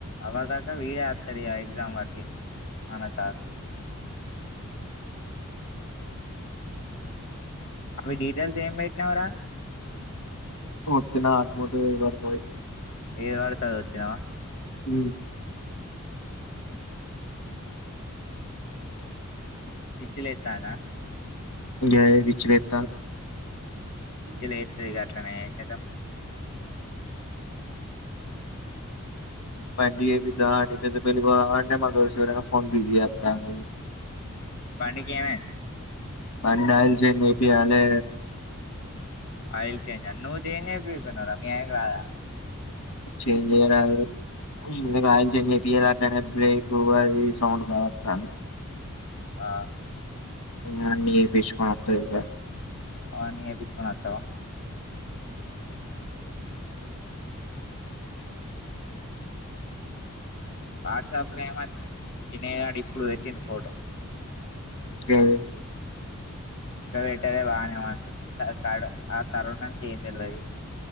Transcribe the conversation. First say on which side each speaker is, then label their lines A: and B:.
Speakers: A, on the left; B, on the left.
A: ఆవ దాకా విడే వస్తాడు ఇగ ఎగ్జామ్ వాటికి మన సార్ అవి డీటెయిల్స్ ఏమి పెట్టినావ్ రా
B: వొక్తినా వాణి ఫోటో నే పడతాది
A: ఏది పడితే అది వోత్తినావా
B: ఉ
A: పిచ్చి లేతదా
B: ఇ పిచ్చి లేత్తన్
A: పిచ్చి లేతది అట్లానే ఇంకా ఏంచేస్తాం
B: బండి చేపిద్దామని పెద్దపెళ్లి పోదామని మా దోస్తుగా నీ ఫోన్ బిజీ అత్తంది
A: బండికి ఏమైంది
B: బండి ఆయిల్ చేంజ్ చేపియాలి
A: ఆయిల్ చేంజ్ నువ్వు చేంజ్ చేపియదా నీ అయ్యకి రాదా
B: చేంజ్ చేయరాదు ముందుగా ఆయిల్చేనేజ్ చేపించాలి అట్లానే బ్రేక్ అది సౌండ్ బాగా అత్తంది
A: ఆ
B: ఇగా అన్ని చెపించకున్ని అత్తది ఇగా
A: అవన్నీ చేపించుకుని అతావ వాట్సాప్ లో ఏమచ్చింది వినాయగాడు ఇప్పుడు పెట్టింది ఫోటో
B: జే
A: ఇ పెట్టేద బాగానే ఉంది ఆ కోరనకి ఏం తెలివది